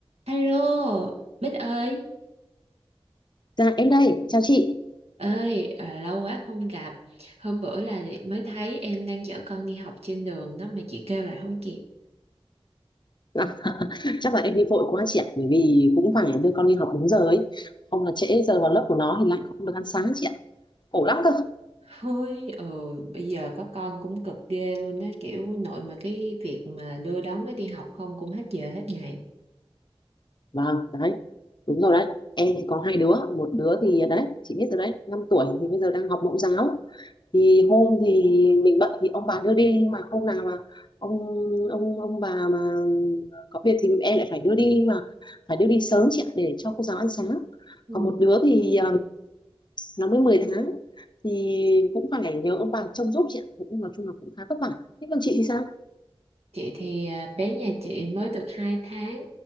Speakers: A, on the right; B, on the left.
A: Hello, Bích ơi.
B: Dạ em đây, chào chị.
A: Ơi, à, lâu quá không gặp. Hôm bữa là mới thấy em đang chở con đi học trên đường đó mà chị kêu lại không kịp.
B: À, <laughs> chắc là em đi vội quá chị ạ, bởi vì cũng phải đưa con đi học đúng giờ ấy. Không là trễ giờ vào lớp của nó thì lại không được ăn sáng chị ạ. Khổ lắm cơ.
A: Ôi, ừ, bây giờ có con cũng cực ghê luôn đó, kiểu nội mà cái việc mà đưa đón nó đi học không cũng hết giờ hết ngày.
B: Vâng, đấy. Đúng rồi đấy. Em thì có hai đứa, một đứa thì đấy, chị biết rồi đấy, 5 tuổi thì bây giờ đang học mẫu giáo. Thì hôm thì mình bận thì ông bà đưa đi nhưng mà hôm nào mà ông ông ông bà mà có việc thì em lại phải đưa đi mà phải đưa đi sớm chị ạ để cho cô giáo ăn sáng.
A: Ừ.
B: Còn một đứa thì nó mới mười tháng thì cũng phải nhờ ông bà trông giúp chị ạ cũng nói chung là cũng khá vất vả thế còn chị thì sao
A: Chị thì à, bé nhà chị mới được 2 tháng,